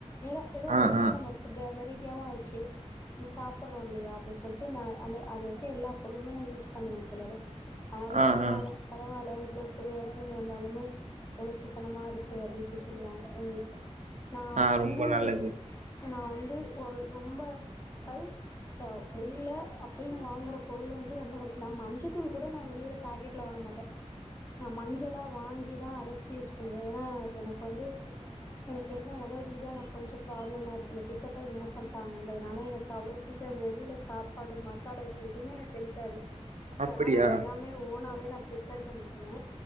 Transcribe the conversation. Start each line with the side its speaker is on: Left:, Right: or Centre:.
Left: எதோ எதோ
Right: ஆ,
Left: ஒரு நேரோ
Right: ஆ,
Left: நம்ம புடு <unintelligible> யாவு ஆயிர்ச்சு ம சாப் பட்றோ இல்லையா அப்டின் சொல்ட்டு நா அந்த அதுலிருக்க எல்லா பொருளுமே நா யூஸ் பண்ணுவே தோழரே அதனால
Right: ஆ,
Left: சொல்லுவாங்க
Right: ஆ,
Left: பரவால்ல இவ்ளோ பெரிய எடத்துலிந்து வந்தாலுமே உனு சிக்கனமா இருக்கு அப்டி சொ சொல்லுவாங்க எங்க வீட்ல நா
Right: ஆ
Left: வந்து
Right: ரொம்ப நல்லது.
Left: நா வந்து ஒரு ரொம்ப அதாது எ வெளில அப்டின்னு வாங்குற பொருள் வந்து ரொம்ப கம்மி நா மஞ்சத்தூள் கூட நா வெளில பேக்கெட்ல வாங்க மாட்டே நா மஞ்சலா வாங்கி தா அற ச்சு யூஸ் பண்ணுவே ஏன்னா எனக் வந்து எனக்கு எதுனா ஒடல் ரீதிய நா கொஞ்சொ ப்ராப்ளமா இருக்கு பித்தப்பை ரிமூவ் பண்ட்டாங்கன்றதுனால எனக்கு அவ்ளோ சீக்ரோ வெளில சாப்பாடு மசாலா ஐட்டோ எதுமே எனக்கு செரிக்காது சோ
Right: அப்படியா?
Left: னால எல்லா போனாவே நா ப்ரிபேர் பண்ணிக்குவே